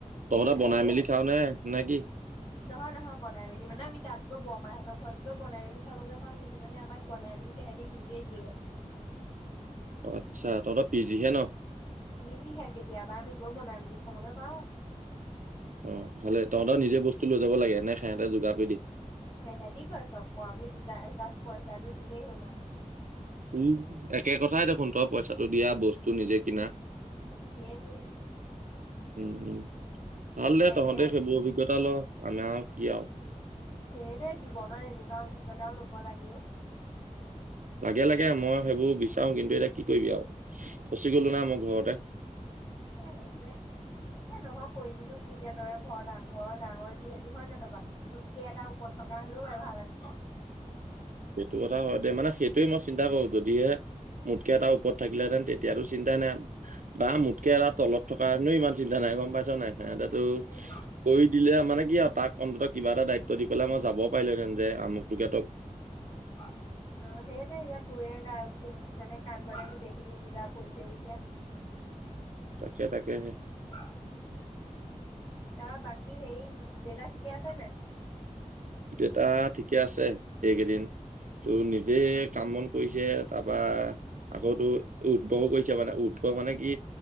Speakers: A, on the right; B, on the left.
A: তহঁতে
B: হেৰি
A: বনাই মেলি খাও নে নে কি
B: নহয় নহয় বনাই মেলি মানে আমি তাত গৈ বৰমাহ হঁতক ঘৰত গৈ বনাই মেলি খাবগে পাওঁ কিন্তু মানে আমাক বনাই মেলি তেহেতি নিজেই দিয়ে
A: অ আচ্ছা তহঁতৰ পিজিহে ন
B: পজিহে কেতিয়াবা আমি গৈ বনাই মেলি খাবগে পাওঁ
A: অ ভালে তহঁতৰ নিজে বস্তু লৈ যাব লাগে এনে সেহঁতে যোগাৰ কৰি দিয়ে
B: সেহেতি কৰে চব ক আমি জাষ্ট পইচাটো দিলেই হুল আও
A: উম একে কথাই দেখোন তই পইচাটো দিয়া বস্তু নিজে কিনা
B: সেইটোৱেই
A: উম উম ভাল দে
B: তাকে
A: তহঁতে সেইবোৰ অভিজ্ঞতা ল আমাৰ আও কি আও
B: সেইটোৱে জীৱনত এনেকুৱা অভিজ্ঞতাও লব লাগেও
A: লাগে লাগে মই সেইবোৰ বিচাৰো কিন্তু এতিয়া কি কৰিবি আও ফচি গলো না মই ঘৰতে
B: এই এইটোৱে এ নহয় কৰিবিনো কি এতিয়া তই ঘৰ ঘৰ ডাঙৰ যিহেতু হয় নহয় বা তোতকে এটা ওৰত থক কা হ'লেও বাই ভাল আছিলে
A: সেইটো কথা হয় দে মানে সেইটোৱে মই চিন্তা কৰো যদিহে মোতকে এটা ওপৰত থাকিলেতেন তেতিয়াতো চিন্তা নাই বা মোকে এৰা তলত থকা হেতেনো ইমান চিন্তা নাই গম পাইছা নাই। সেহেতেটো
B: উম
A: কৰি দিলে আ মানে কি আ তাক অন্তত কিবা এটা দায়িত ত' দি পেলাই মই পেলাই মই যাব পাৰিলোহেঁতেন যে আমুটোকে
B: অ, সেইটোৱে এতিয়া <unintelligible> কান্ধতে গোটেইখিনি বুজা পৰিছে যেতিয়া।
A: তাকে-তাকেহে।
B: <unintelligible> <unintelligible> বাকী হেৰি দেউতা ঠিকে আছে নে নাই?
A: দেউতা ঠিকে আছে এইকেইদিন ত' নিজে কাম বন কৰিছে তাৰপৰা আকৌ তো <unintelligible> কৰিছে মানে <unintelligible> মানে কি